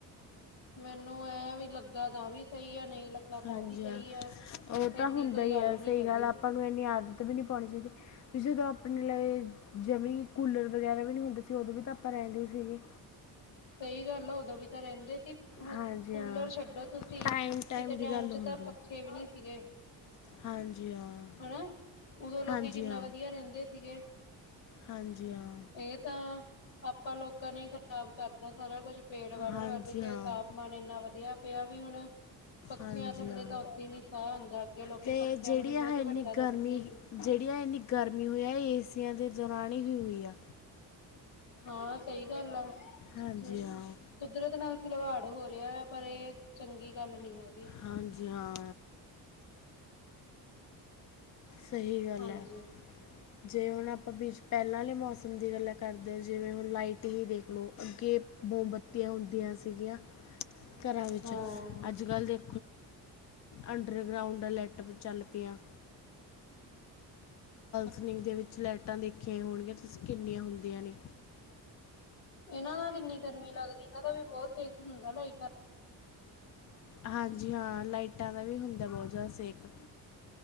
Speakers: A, on the left (about 75°); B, on the left (about 40°).
A: ਮੈਨੂੰ ਇਹ ਵੀ ਲੱਗਾ ਤਾਂ ਵੀ ਸਹੀ ਹੈ ਨਹੀਂ ਲੱਗਾ ਤਾਂ
B: ਹਾਂਜੀ
A: ਵੀ ਸਹੀ
B: ਉਹ
A: ਆ
B: ਤਾਂ
A: ਏਡੀ
B: ਹੁੰਦਾ
A: ਕੋਈ
B: ਹੀ
A: ਗੱਲ
B: ਆ
A: ਨੀ
B: ਸਹੀ
A: ਹੈਗੀ
B: ਗੱਲ ਆਪਾਂ ਨੂੰ ਇਨੀ ਆਦਤ ਵੀ ਨਹੀਂੀ ਪਾਉਣੀ ਚਾਹੀਦੀ ਵੀ ਜਦੋਂ ਆਪਣੇ ਲਈ ਜਮੀ ਕੂਲਰ ਵਗੈਰਾ ਵੀ ਨਹੀਂ ਹੁੰਦੇ ਸੀ ਉਦੋਂ ਵੀ ਤਾਂ ਆਪਾਂ ਰਹਿੰਦੇ ਸੀਗੇ।
A: <inaudible> ਸਹੀ ਗੱਲ ਆ ਉਦੋਂ ਵੀ ਤਾਂ ਰਹਿੰਦੇ ਸੀ
B: ਹਾਂਜੀ
A: ਕੂਲਰ
B: ਹਾਂ
A: ਛੱਡੋ ਤੁਸੀਂ
B: ਟਾਈਮ
A: ਕਿਸੇ
B: ਦੀ
A: ਟਾਈਮ
B: ਗੱਲ
A: ਚ
B: ਹੁੰਦੀ
A: ਤਾਂ ਪੱਖੇ
B: ਹੈ
A: ਵੀ ਨਹੀਂ ਸੀਗੇ
B: ਹਾਂਜੀ ਹਾਂ
A: ਹਨਾ ਉਦੋਂ ਲੋਕੀ
B: ਹਾਂਜੀ
A: ਕਿੰਨਾ
B: ਹਾਂ
A: ਵਧੀਆ ਰਹਿੰਦੇ ਸੀਗੇ
B: ਹਾਂਜੀ ਹਾਂ
A: ਇਹ ਤਾਂ ਆਪਾਂ ਲੋਕਾਂ ਨੇ ਖ਼ਰਾਬ ਕਰਤਾ ਸਾਰਾ ਕੁਝ ਪੇੜ ਵੱਢ
B: ਹਾਂਜੀ
A: ਵੱਢ ਕੇ
B: ਹਾਂ
A: ਤਾਪਮਾਨ ਇੰਨਾ ਵਧੀਆ ਪਿਆ ਵੀ ਹੁਣ ਪੱਖਿਆਂ
B: ਹਾਂਜੀ
A: ਥੱਲੇ
B: ਹਾਂ
A: ਤਾਂ ਉਓਦਾਂ ਹੀ ਨੀ ਸਾਹ ਹੁੰਦਾ ਅੱਗੇ ਲੋਕੀ
B: ਅਤੇ
A: ਪੱਖਿਆਂ
B: ਜਿਹੜੀ
A: ਨੂੰ ਵੀ ਬਹੁਤ
B: ਆਹ ਇੰਨੀ
A: ਵੱਡਾ ਸਮਝਦੇ
B: ਗਰਮੀ
A: ਸੀ
B: ਜਿਹੜੀ ਇੰਨੀ ਗਰਮੀ ਹੋਇਆ ਏਸੀਆਂ ਦੇ ਦੌਰਾਨ ਹੀ ਹੋ ਹੋਈ ਆ
A: ਹਾਂ ਸਹੀ ਗੱਲ ਆ ਹਮ
B: ਹਾਂਜੀ ਹਾਂ
A: ਕੁਦਰਤ ਨਾਲ ਖਿਲਵਾੜ ਹੋ ਰਿਹਾ ਆ ਪਰ ਇਹ ਚੰਗੀ ਗੱਲ ਨਹੀਂੀ ਹੈਗੀ
B: ਹਾਂ ਜੀ ਹਾਂ। ਸਹੀ ਗੱਲ
A: ਹਾਂਜੀ
B: ਹੈ। ਜੇ ਹੁਣ ਆਪਾਂ ਵਿੱਚ ਪਹਿਲਾਂ ਵਾਲੇ ਮੌਸਮ ਦੀ ਗੱਲਾਂ ਕਰਦੇ ਜਿਵੇਂ ਹੁਣ ਲਾਈਟ ਹੀ ਦੇਖ ਲੋ ਅੱਗੇ ਮੋਮਬੱਤੀਆਂ ਹੁੰਦੀਆ ਸਿਗਿਆ ਘਰਾਂ ਵਿੱਚ
A: ਹਾਂ
B: ਅੱਜ-ਕੱਲ ਦੇ ਅੰਡਰਗਰਾਾਊਂਡ ਲਾਈਟ ਵੀ ਚੱਲ ਪਈਆ।
A: <inaudible>
B: ਥਨਿੰਗ ਦੇ ਵਿੱਚ ਲਾਈਟਾ ਦੇਖੀਆ ਹੀ ਹੋਣਗੀਆ ਤੁਸੀਂ ਕਿੰਨੀਆ ਹੁੰਦੀਆ ਨੇ
A: ਇਹਨਾਂ ਨਾਲ ਕਿੰਨੀ ਗਰਮੀ ਲੱਗਦੀ ਇਹਨਾਂ ਦਾ ਵੀ ਬਹੁਤ ਸੇਕ ਹੁੰਦਾ ਲਾਈਟ
B: ਹਾਂ ਜੀ ਹਾਂ ਲਾਈਟਾ ਦਾ ਵੀ ਹੁੰਦਾ ਬਹੁਤ ਜਿਆਦਾ ਸੇਕ